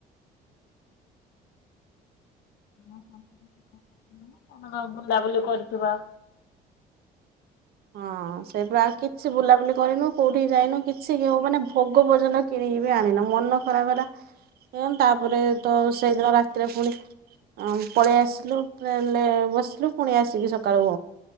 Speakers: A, on the left; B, on the right.
A: <inaudible> ଆମେ କଣ ବୁଲାବୁଲି କରିଥିବା।
B: ହଁ ସେଇଠୁ ଆଉ କିଛି ବୁଲାବୁଲି କରିନୁ କୋଉଠି ଯାଇନୁ କିଛି <unintelligible> ମାନେ ଭୋଗ ପର୍ଯ୍ୟନ୍ତ କିଣିକି ବି ଆଣିନୁ ମନ ଖରାପ ହେଲା ତାପରେ ତ ସେଇଦିନ ରାତିରେ ଫୁଣି ଆ ପଳେଇ ଆସିଲୁ ଟ୍ରେନ୍ ରେ ବସିଲୁ ଫୁଣି ଆସିକି ସକାଳୁ